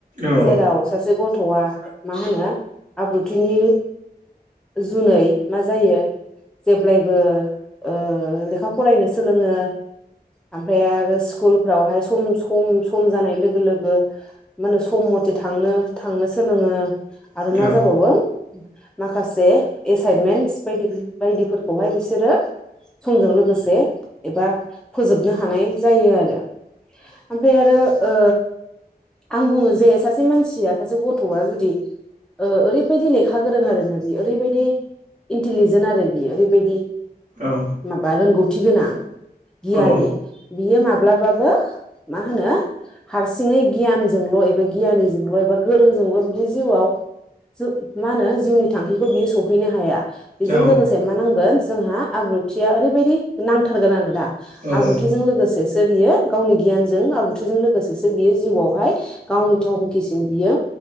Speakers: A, on the right; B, in the centre.
A: औ
B: जेराव सासे गथ'आ मा होनो आब्रुथिनि जुनै मा जायो। जेब्लायबो ओ लेखा फरायनो सोलोङो ओमफाय आरो स्कुलफ्रावहाय सम सम सम जानाय लोगो लोगो मा होने सम मथे थांनो थांनोसै सोलोङो
A: औ
B: आरो मा जाबावो माखासे एसाइनमेन्टस बायदि बायदिफोरखौहाय बिसोरो समजों लोगोसे एबा फोजोबनो हानाय जायो आरो ओमफ्राय आरो ओ आं बुङो जे सासे मानसिया सासे गथ'आ जुदि ओ ओरैबायदि लेखा गोरों आरोना बि ओरैबायदि इन्टेलिजेन्ट आरो बियो ओरैबायदि
A: औ
B: माबा रोंगौथि गोनां गियानि
A: औ
B: बियो माब्लाबाबो मा होनो हारसिङै गियानजोंल' एबा गियानिजोंल' एबा गोरोंजोंल' बिदि जिउआव ज मा होनो जिउनि थांखिखौ बियो सौहैनो हाया। बेजों
A: औ
B: लोगोसे मा नांगोन जोंहा आब्रुथिया ओरैबायदि नांथारगोन आरो दा।
A: औ
B: आब्रुथिजों लोगोसेसो बियो गावनि गियानजों आब्रुथिजों लोगोसेसो बियो जिउआवहाय गावनि थंखिसिम बियो